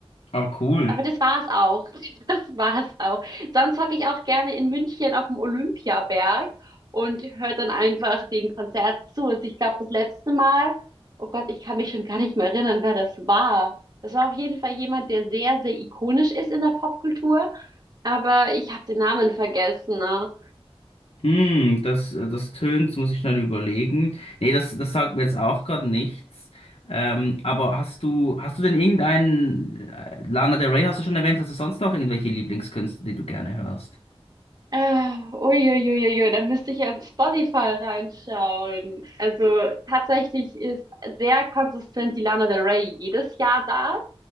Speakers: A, on the left; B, on the right.
A: Ah, cool.
B: Aber das war's auch. <laughs> Das war's auch. Sonst hocke ich auch gerne in München auf dem Olympiaberg und höre dann einfach den Konzert zu. Also ich glaube, das letzte Mal, oh Gott, ich kann mich schon gar nicht mehr erinnern, wer das war. Das war auf jeden Fall jemand, der sehr, sehr ikonisch ist in der Popkultur, aber ich habe den Namen vergessen. Ne?
A: Hm, das, das tönt, muss ich schnell überlegen. Nee, das, das sagt mir jetzt auch gerade nichts. Ähm, aber hast du, hast du denn irgendeinen, äh, Lana Del Rey hast du schon erwähnt, hast du sonst noch irgendwelche Lieblingskünstler, die du gerne hörst?
B: Äh, uiuiuiui, da müsste ich ja auf Spotify reinschauen. Also tatsächlich ist sehr konsistent die Lana Del Rey jedes Jahr da.